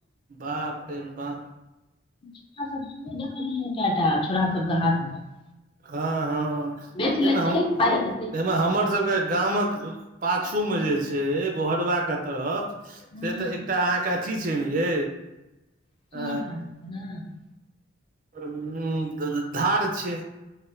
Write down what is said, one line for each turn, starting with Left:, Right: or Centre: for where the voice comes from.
Right: बाप रे बाप
Left: छ सब सेहो देखलियै कएटा छोरा सबके हाथ मे <unintelligible>
Right: हँ हँमे
Left: बेच लेतै
Right: ताहिमे
Left: पाइ हेतै
Right: हमर सबके गाम क पाछू मे जे छै बोहरवा के तरफ
Left: नहि
Right: से तऽ एकटा अहाँके अथी छै ने ये
Left: <inaudible>
Right: अ उ धार छै